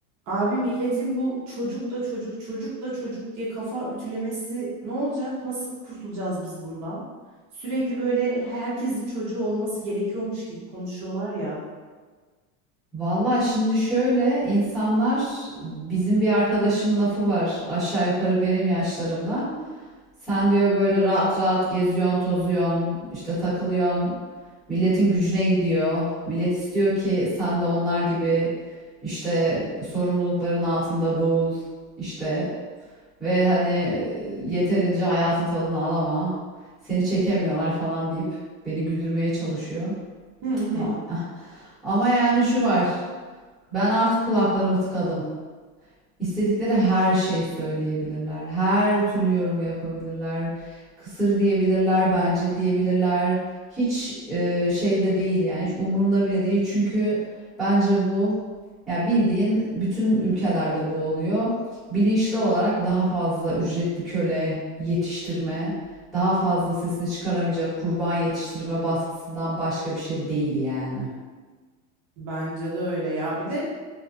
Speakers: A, on the right; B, in the centre.
A: Abi milletin bu çocuk da çocuk, çocuk da çocuk diye kafa ütülemesi ne olacak? Nasıl kurtulacağız biz bundan? Sürekli böyle herkesin çocuğu olması gerekiyormuş gibi konuşuyorlar ya.
B: Vallahi şimdi şöyle insanlar bizim bir arkadaşın lafı var aşağı yukarı benim yaşlarımda. Sen diyor böyle rahat rahat geziyorsun, tozuyorsun, işte takılıyorsun. Milletin gücüne gidiyor. Millet istiyor ki sen de onlar gibi işte sorumlulukların altında boğul işte ve hani yeterince hayatın tadını alama. Seni çekemiyorlar falan deyip beni güldürmeye çalışıyor.
A: Hı hı.
B: Ama <laughs> ama yani şu var. Ben artık kulaklarımı tıkadım. İstedikleri her şeyi söyleyebilirler. Her türlü yorumu yapabilirler. Kısır diyebilirler, bencil diyebilirler. Hiç e, şeyde değil yani hiç umurumda bile değil. Çünkü bence bu ya bildiğin bütün ülkelerde bu oluyor. Bilinçli olarak daha fazla ücretli köle yetiştirme, daha fazla sesini çıkaramayacak kurban yetiştirme baskısından başka bir şey değil yani.
A: Bence de öyle ya. Bir de